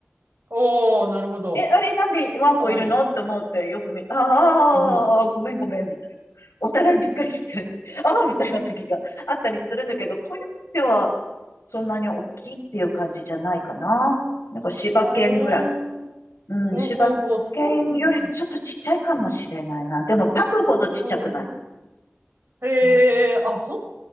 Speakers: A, on the right; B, on the left.
A: おー、なるほど。
B: え、あれなんでワンコいるのって思ってよく見、
A: かわいい。
B: ああ、
A: うんうん。
B: ごめんごめんみたいな。お互いびっくりして、<laughs> ああ、みたいな時があったりするんだけど、コヨーテはそんなに大きいっていう感じじゃないかな。なんか柴犬ぐらい。
A: おー、
B: うん、
A: ほうほうほう、
B: 柴犬よりちょっとちっちゃいかもしれないな。
A: そうなんだ。
B: でもパグほどちっちゃくない。
A: うんうん。へえ、
B: うん
A: あ、そう、好